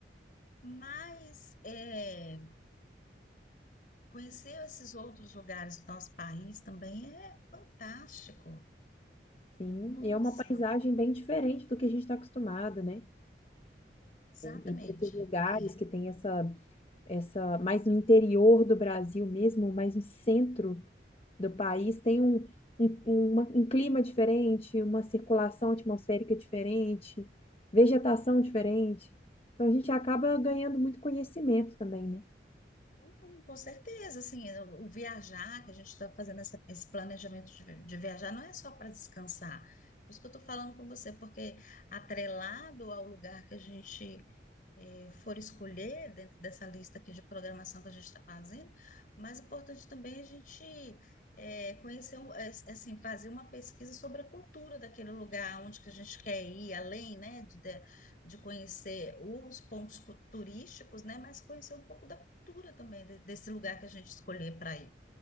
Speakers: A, on the left; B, on the left.
A: Mas é, conhecer esses outros lugares do nosso país também é fantástico.
B: Sim,
A: Nossa.
B: e é uma paisagem bem diferente do que a gente está acostumado, né?
A: Exatamente.
B: E para esses lugares
A: É.
B: que tem essa, essa, mais no interior do Brasil mesmo, mais no centro do país, tem um, um, uma- um clima diferente, uma circulação atmosférica diferente, vegetação diferente. Então a gente acaba ganhando muito conhecimento também, né?
A: Então, com certeza, assim, o o viajar, que a gente está fazendo essa- esse planejamento de, vi- de viajar, não é só para descansar. Por isso que eu estou falando com você, porque atrelado ao lugar que a gente eh, for escolher dentro dessa lista aqui de programação que a gente está fazendo, o mais importante também é a gente é, conhecer, um- é, assim, fazer uma pesquisa sobre a cultura daquele lugar, onde que a gente quer ir, além, né, de, de de conhecer os pontos cu- turísticos, né, mas conhecer um pouco da cultura também de- desse lugar que a gente escolher para ir.